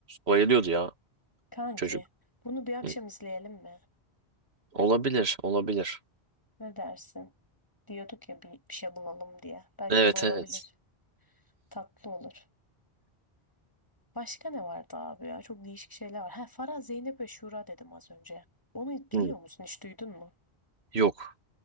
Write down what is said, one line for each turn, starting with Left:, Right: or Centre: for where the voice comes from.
Right: bayılıyordu ya
Left: kanki
Right: çocuk.
Left: bunu bir akşam
Right: Hı.
Left: izleyelim mi?
Right: Olabilir, olabilir.
Left: Ne dersin? Diyorduk ya bir, bir şey bulalım diye. Belki
Right: Evet
Left: bu olabilir.
Right: evet.
Left: Tatlı olur. Başka ne vardı abi ya? Çok değişik şeyler var. Ha Farah, Zeynep ve Şura dedim az önce. Onu biliyor
Right: Hı.
Left: musun? Hiç duydun mu?
Right: Yok.